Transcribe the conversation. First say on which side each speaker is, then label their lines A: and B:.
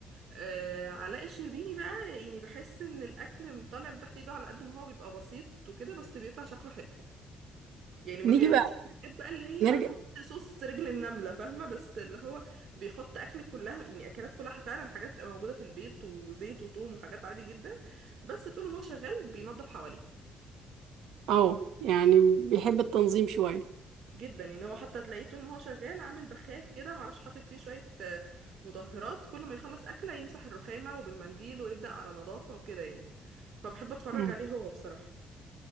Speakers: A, on the right (about 70°); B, on the right (about 85°).
A: آه علاء الشربيني بقى يعني بحس ان الاكل من طالع من تحت ايده على قد ما هو بيبقى بسيط وكده بس بيطلع شكله حلو يعني ما
B: نيجي
A: بيعملش
B: بقى
A: حاجات بقى اللي هي
B: نرجع
A: هنحط صوص رجل النملة فاهمة بس اللي هو بيحط اكل كلها يعني اكلات كلها فعلا حاجات موجودة في البيت وزيت وثوم وحاجات عادي جدا بس طول هو شغال بينظف حواليه
B: اه يعني بيحب التنظيم شوية
A: جدا يعني هو حتى تلاقيه طول ما هو شغال عامل بخاخ كده معرفش حاطط فيه شوية آه، مطهرات كل ما يخلص أكلة يمسح الرخامة وبالمنديل ويبدأ على نظافة وكده يعني فبحب أتفرج
B: مم.
A: عليه هو بصراحة